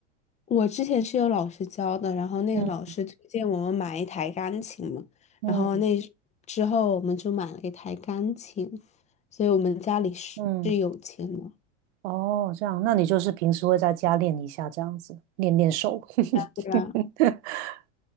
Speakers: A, on the left; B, on the right.
A: 我之前是有老师教的，然后那个老师推荐我们买一台钢琴嘛，
B: 嗯嗯
A: 然后那之后我们就买了一台钢琴，所以我们家里是是有钱的。
B: 嗯，
A: 啊。
B: 哦，这样，那你就是平时会在家练一下，这样子练练手。
A: 对啊
B: <laughs>